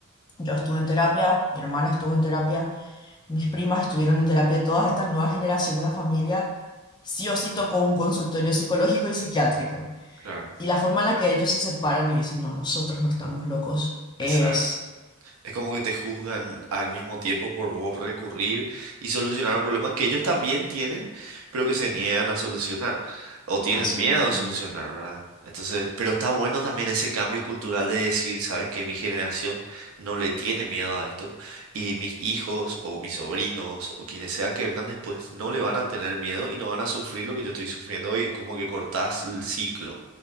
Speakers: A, on the left; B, on the right.
A: yo estuve en terapia, mi hermana estuvo en terapia. Mis primas estuvieron en terapia, Todas esta nueva generación de la familia sí o sí tocó un consultorio psicológico y psiquiátrico.
B: claro,
A: Y la forma en la que ellos se separan y dicen, no, nosotros no estamos locos,
B: exacto.
A: es
B: Es como que te juzgan al mismo tiempo por vos recurrir y solucionar un problema que ellos también tienen, pero que se niegan a solucionar o tienen
A: así
B: miedo
A: mismo.
B: a solucionar, ¿verdad? Entonces, pero está bueno también ese cambio cultural de decir, sabes que mi generación no le tiene miedo a esto y mis hijos o mis sobrinos o quienes sean que vengan después no le van a tener miedo y no van a sufrir lo que yo estoy sufriendo hoy, como que cortás el ciclo,